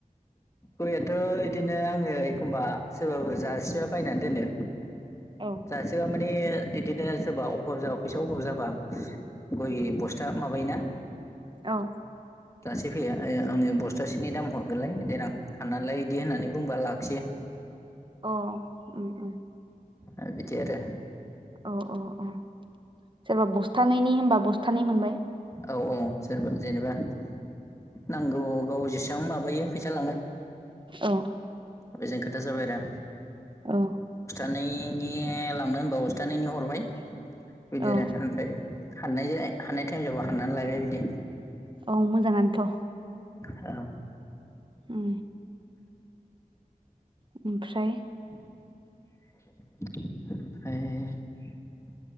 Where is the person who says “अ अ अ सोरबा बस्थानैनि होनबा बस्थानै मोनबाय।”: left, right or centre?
Right